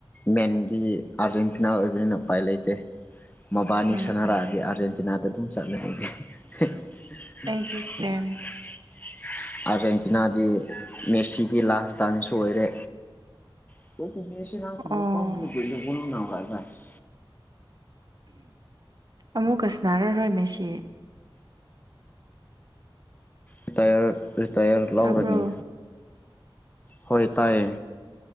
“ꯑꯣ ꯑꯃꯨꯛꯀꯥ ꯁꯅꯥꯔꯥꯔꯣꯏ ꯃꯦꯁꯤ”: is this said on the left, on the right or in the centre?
Right